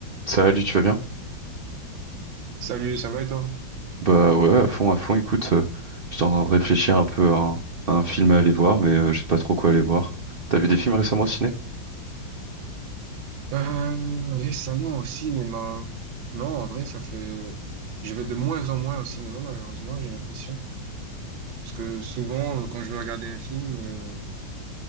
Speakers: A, on the right; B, on the right.
A: Salut, tu vas bien?
B: Salut, ça va et toi?
A: Bah ouais, à fond, à fond. Écoute, euh, j'étais en train de réfléchir un peu à un, à un film à aller voir, mais euh, je sais pas trop quoi aller voir. T'as vu des films récemment au ciné?
B: Euh, récemment au cinéma. Non, en vrai, ça fait... Je vais de moins en moins au cinéma, malheureusement, j'ai l'impression. Parce que souvent, euh, quand je veux regarder un film, euh,